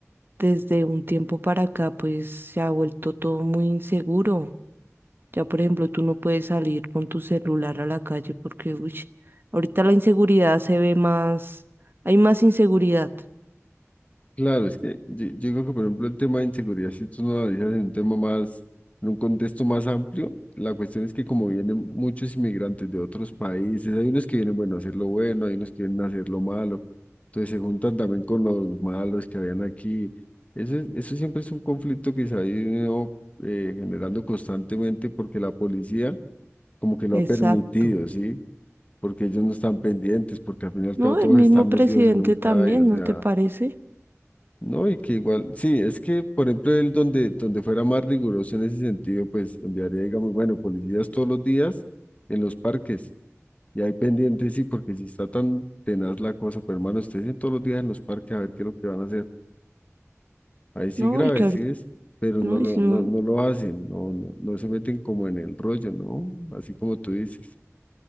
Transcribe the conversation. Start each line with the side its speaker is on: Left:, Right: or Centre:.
Right: desde un tiempo para acá, pues, se ha vuelto todo muy inseguro. Ya, por ejemplo, tú no puedes salir con tu celular a la calle porque, uy, ahorita la inseguridad se ve más, hay más inseguridad.
Left: Claro, es que yo, yo digo que, por ejemplo, el tema de inseguridad, si tú no lo analizas en un tema más, en un contexto más amplio, la cuestión es que como vienen muchos inmigrantes de otros países, hay unos que vienen, bueno, a hacer lo bueno, hay unos que vienen a hacer lo malo, entonces se juntan también con los malos que habían aquí. Eso, es- eso siempre es un conflicto que se ha ido eh, generando constantemente porque la policía como que lo
Right: Exacto.
Left: ha permitido, ¿sí? Porque ellos no están pendientes, porque al final y al
Right: No,
Left: cabo todos
Right: el mismo
Left: están
Right: presidente
Left: metidos en un callo,
Right: también,
Left: o
Right: ¿no
Left: sea...
Right: te parece?
Left: No, y que igual, sí, es que, por ejemplo, él donde, donde fuera más riguroso en ese sentido, pues enviaría, digamos, bueno, policías todos los días en los parques. Y ahí pendientes, sí, porque si está tan tenaz la cosa, pero hermano, ustedes en todos los días en los parques a ver qué es lo que van a hacer. Ahí sí
Right: No,
Left: grave,
Right: y que ahorita,
Left: sí es, pero
Right: no,
Left: no lo,
Right: y si no,
Left: no, no lo hacen, no, no, no se meten como en el rollo, ¿no? Así como tú dices.